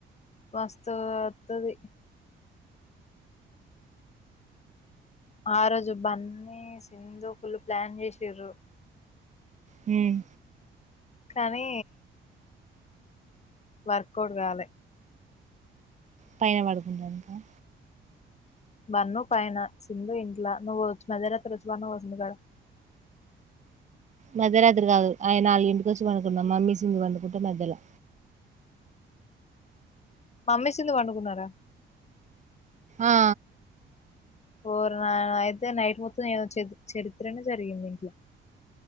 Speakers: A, on the left (about 35°); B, on the right (about 35°).
A: మస్త్ వతది ఆ రోజు బన్నీ సింధు ఫుల్ ప్లాన్ చేసిరు
B: మ్మ్
A: కానీ వర్కౌట్ కాలే
B: పైన పడుకుంటాం
A: బన్ను పైన సింధు ఇంట్లా నువ్వు వచ్చు మధ్యరాత్రి వచ్చి పన్నా వస్తుంది కాడ
B: మధ్య రాత్రి కాదు ఆయన నాలుగు ఇంటికి వచ్చి వండుకున్నాం మమ్మీ సింగ వండుకుంటే మధ్యలో
A: మమ్మీ సింధు పండుకున్నారా
B: ఆ
A: ఓరి నాయనో నైట్ మొత్తం ఏదో చరిత్రనే జరిగింది ఇంట్ల